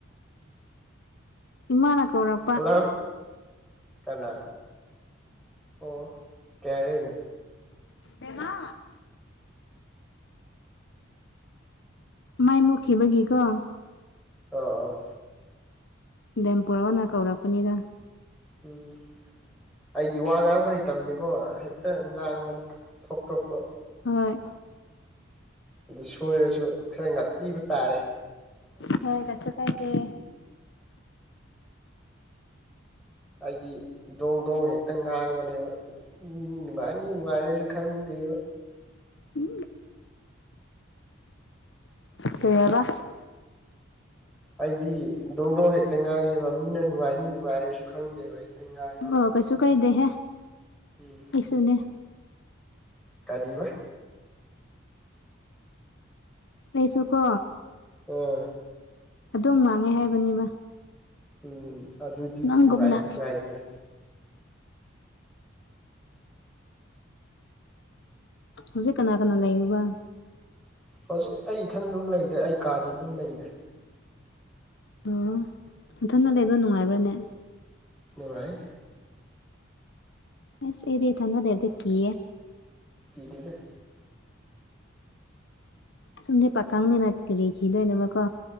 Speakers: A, on the left (about 60°); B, in the centre.
A: ꯏꯅ ꯑꯀꯧꯔꯞ
B: ꯍꯜꯂꯣ ꯀꯅꯥ ꯑꯣ ꯀꯩ ꯍꯥꯏꯔꯛꯏꯅꯣ
A: ꯃꯃ ꯃꯥꯏ ꯃꯨꯈꯤꯕꯒꯤ ꯀꯣ
B: ꯑꯥ ꯑ
A: ꯗꯦꯝꯄꯣꯔꯣꯅ ꯀꯧꯔꯛꯄꯅꯤꯗ
B: ꯎꯝ ꯑꯩꯗꯤ ꯋꯥ ꯉꯥꯡꯕ ꯍꯩꯇꯕꯅꯦꯀꯣ ꯍꯦꯛꯇ ꯉꯥꯡꯕꯅꯤ ꯊꯣꯛꯇ ꯊꯣꯛꯄ
A: ꯍꯣꯏ
B: ꯑꯗꯨ ꯁꯣꯏꯔꯁꯨ ꯈꯔ ꯉꯥꯛꯄꯤꯕ ꯇꯥꯔꯦ
A: ꯍꯣꯏ ꯀꯁꯨ ꯀꯥꯏꯗꯦ
B: ꯍꯥꯏꯗꯤ ꯗꯣꯡ ꯗꯣꯡ ꯍꯦꯛꯇ ꯉꯥꯡꯕꯅꯦꯕ ꯃꯤ ꯅꯨꯡꯉꯥꯏꯅꯤ ꯅꯨꯡꯉꯥꯏꯔꯁꯨ ꯈꯪꯗꯦꯕ
A: ꯎ ꯀꯩ ꯍꯥꯏꯕ
B: ꯑꯩꯗꯤ ꯗꯣꯡ ꯗꯣꯡ ꯍꯦꯛꯇ ꯉꯥꯡꯉꯦꯕ ꯃꯤꯅ ꯅꯨꯡꯉꯥꯏꯅꯤ ꯅꯨꯡꯉꯥꯏꯔꯁꯨ ꯈꯪꯗꯦꯕ ꯍꯦꯛꯇ ꯉꯥꯏꯉ
A: ꯑꯣ ꯀꯩꯁꯨ ꯀꯥꯏꯗꯦꯍꯦ
B: ꯎꯝ
A: ꯑꯩꯁꯨꯅꯦ
B: ꯇꯔꯤꯕ
A: ꯇꯩꯁꯨ ꯀꯣ
B: ꯑꯥ
A: ꯑꯗꯨꯝ ꯃꯥꯡꯉꯦ ꯍꯥꯏꯕꯅꯦꯕ
B: ꯎꯝ ꯑꯗꯨꯗꯤ
A: ꯅꯪꯒꯨꯝꯅ
B: ꯅꯨꯡꯉꯥꯏ ꯅꯨꯡꯉꯥꯏꯗꯅ
A: ꯍꯧꯖꯤꯛ ꯀꯅꯥ ꯀꯅꯥ ꯂꯩꯌꯦꯕ
B: ꯍꯧꯖꯤꯛ ꯑꯩ ꯏꯊꯟ ꯑꯗꯨꯝ ꯂꯩꯗ ꯑꯩ ꯀꯥꯗ ꯑꯗꯨꯝ ꯂꯩꯗ
A: ꯑꫭ ꯅꯊꯟꯗ ꯂꯩꯕꯗꯨ ꯅꯨꯡꯉꯥꯏ ꯕꯔꯅꯦ
B: ꯅꯨꯡꯉꯥꯏ
A: ꯑꯦꯁ ꯑꯩꯗꯤ ꯊꯝꯅꯗꯦꯕꯗ ꯀꯦ
B: ꯏꯗꯅ
A: ꯑꯁꯨꯝꯗꯤꯦ ꯄꯥꯀꯪꯅꯦꯅ ꯀꯈꯤꯗꯣꯏꯅꯦꯕ ꯀꯣ